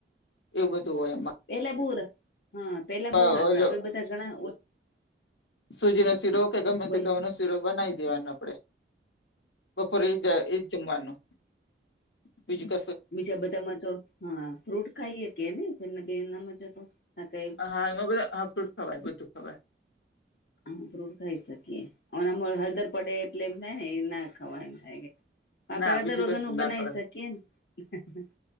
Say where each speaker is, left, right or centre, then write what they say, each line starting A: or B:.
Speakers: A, on the left (about 80°); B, on the left (about 60°).
A: એવ બધું હોય એ
B: પેલા બહ હા પેલા
A: ઓલો
B: બહુ રાખતા હવે બધા ઘણા
A: સુજી નો શીરો કે ગમે
B: બોલો
A: તે ગ નો શીરો બનાવી દેવાનો આપડે બપોરે એ જ એજ જમવાનું બીજું ક
B: બીજા બધામાં તો હા ફ્રૂટ ખાઈએ કેનેને એના મજ તો કઈ
A: હા એમાં બધા હા ફ્રૂટ ખવાય બધું ખવાય
B: હ ફ્રૂટ ખાઈ શકીએ અનેના હળદર પડેટ એટલે એમ થાય ને એ ના ખાવા એમ થાય કે આપણે
A: ના બીજું
B: દરગું
A: કશું
B: બનાવી
A: ના ખવાય
B: શકીએ ને હ